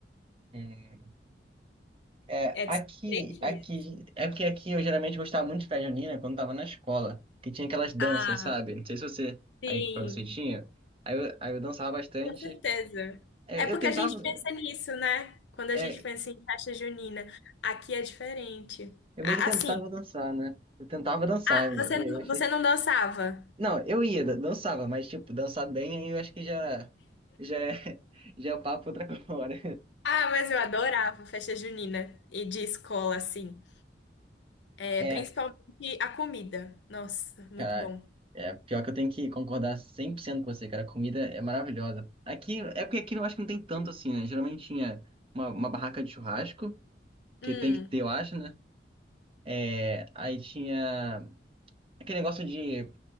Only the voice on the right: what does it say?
é. É,
aqui,
aqui, é porque aqui eu geralmente gostava muito de festa junina quando tava na escola, que tinha aquelas danças,
sabe? Não sei se você,
aí pra você tinha, aí eu, aí eu dançava bastante,
É,
eu, tentava,
é,
eu
meio que
tentava dançar, né? Eu tentava dançar,
eu,
eu
achei-
não, eu ia, dan- dançava, mas tipo, dançar bem aí eu acho que já, já é, <laughs> já é papo pra outra hora.
É,
Cara,
é pior que eu tenho que concordar 100% com você, cara. A comida é maravilhosa. Aqui, é porque aqui eu acho que não tem tanto assim, né? Geralmente tinha uma, uma barraca de churrasco,
que tem que ter, eu acho, né? É, Aí tinha aquele negócio de